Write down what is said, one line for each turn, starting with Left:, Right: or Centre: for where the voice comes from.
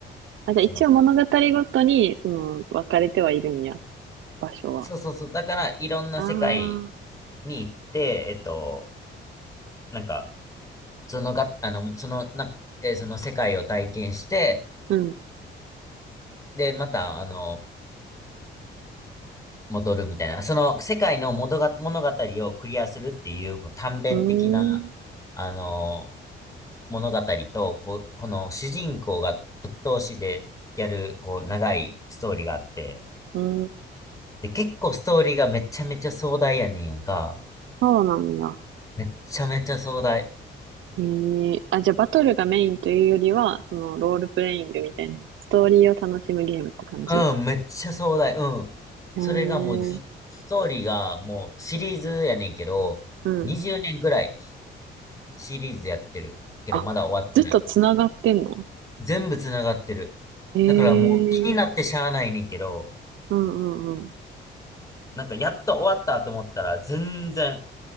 Right: あ、じゃあ一応物語ごとに、
Left: その、
Right: その、分かれてはいるんや、場所は。
Left: そうそうそう。だから、いろんな世界
Right: ああ、う
Left: に行って、えっと、なんか、そのが、あの、その、な、えーその世界を体験して、
Right: ん。う
Left: で、また、あの、戻るみたいな。その世界の物が、物語をクリアするっていう、こう短編的な、
Right: ん、
Left: あの、物語と、こう、この主人公がぶっ通しでやる、こう、長いストーリーがあって、
Right: うん。
Left: で、結構ストーリーがめちゃめちゃ壮大やねんやんか。
Right: そうなんや。
Left: めっちゃめちゃ壮大。
Right: へえ、あ、じゃあバトルがメインというよりは、その、ロールプレイングみたいな、ストーリーを楽しむゲームって感じ。
Left: うん、
Right: へ
Left: めっちゃ壮大。うん。
Right: え、
Left: それがもうじ、ストーリーがもうシリーズやねんけど、
Right: うん
Left: 20年ぐらいシリーズやってるけど、
Right: あ、
Left: まだ終わってない。
Right: ずっとつながってんの
Left: 全部繋がってる。
Right: へえ、
Left: だからもう気になってしゃあないねんけど、
Right: うんうんうん。
Left: なんかやっと終わったと思ったら、全然、